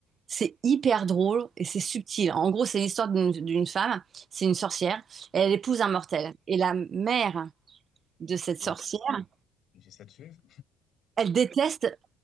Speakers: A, on the right; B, on the left.
A: c'est hyper drôle et c'est subtil. En gros, c'est l'histoire d'une d'une femme, c'est une sorcière, et elle épouse un mortel. Et la mère de cette
B: Ok.
A: sorcière,
B: J'essaie de suivre.
A: elle déteste